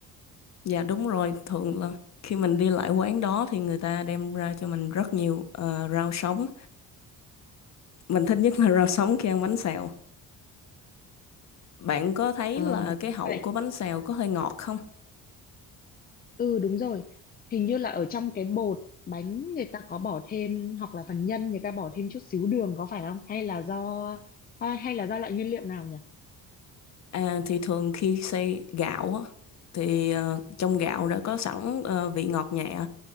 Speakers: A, on the left; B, on the left.
A: Dạ đúng rồi, thường là khi mình đi lại quán đó thì người ta đem ra cho mình rất nhiều ờ, rau sống. Mình thích nhất là <laughs> rau sống khi ăn bánh xèo. Bạn có thấy
B: Ờ,
A: là
B: mình
A: cái
B: cũng
A: hậu
B: vậy.
A: của bánh xèo có hơi ngọt không?
B: Ừ đúng rồi, hình như là ở trong cái bột bánh người ta có bỏ thêm hoặc là phần nhân người ta bỏ thêm chút xíu đường có phải không? Hay là do à, hay là do loại nguyên liệu nào nhỉ?
A: À, thì thường khi xay gạo á, thì ờ, trong gạo đã có sẵn ờ, vị ngọt nhẹ